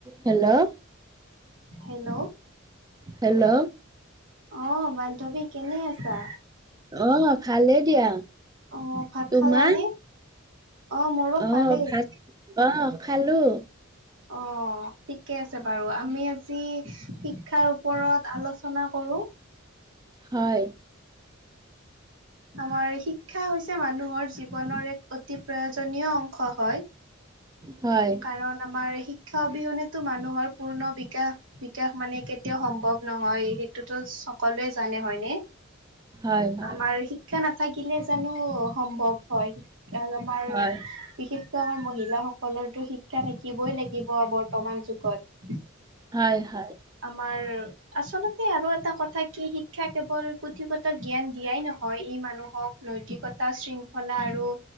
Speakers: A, on the right; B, on the right.
A: Hello,
B: hello
A: hello?
B: অ'! বান্ধৱী কেনে আছা?
A: অ'! ভালে দিয়া।
B: অ ভাত
A: তোমাৰ?
B: খালানে? অ মোৰো ভালেই।
A: অ'! ভা অ'! খালোঁ।
B: অ'! ঠিকে আছে বাৰু আমি আজি শিক্ষাৰ ওপৰত আলোচনা কৰো।
A: হয়।
B: আমাৰ শিক্ষা হৈছে মানুহৰ জীৱনৰ এক অতি প্ৰয়োজনীয়। হয়।
A: হয়।
B: কাৰণ আমাৰ শিক্ষা অবিহনেতো মানুহৰ পূৰ্ণ বিকাশ বিকাশ মানে কেতিয়াও সম্ভৱ- নহয়। সেইটোতো সকলোৱে জানে হয়নে?
A: হয় হয়
B: আমাৰ শী- ক্ষা নাথাকিলে জানো সম্ভৱ হয়? কাৰণ আমাৰ
A: হয়
B: বিশেষ- মহিলা সকলৰতো শিক্ষা থাকিবই লাগিব বৰ্তমান যুগত।
A: হয় হয়।
B: আমাৰ আচলতে আৰু এটা কথা কি শিক্ষা কেৱল- পুথিগত জ্ঞান দিয়াই নহয় ই মানুহক নৈতিকতা, শৃংখলা আৰু-